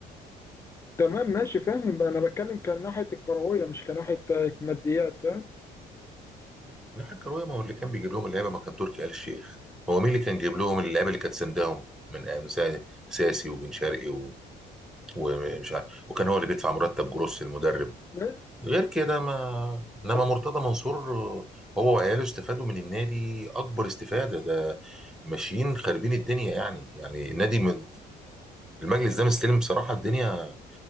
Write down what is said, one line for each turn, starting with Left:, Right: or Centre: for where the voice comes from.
Left: تمام ماشي فاهم بقى، انا بتكلم كان ناحيه الكرويه مش كناحيه آه، ماديات فاهم
Centre: لا كروية ما هو اللي كان بيجيب لهم اللعيبة ما كان تركي آل الشيخ هو مين اللي كان جايب لهم اللعيبة اللي كانت سندهم من أيام سا- ساسي وبن شرقي و... ومش عارف وكان هو اللي بيدفع مرتب جروس المدرب
Left: ماشي؟
Centre: غير كده ما انما
Left: طب-
Centre: مرتضى منصور آه، هو وعياله استفادوا من النادي اكبر استفاده ده ماشيين خاربين الدنيا يعني يعني النادي م- المجلس ده مستلم بصراحه الدنيا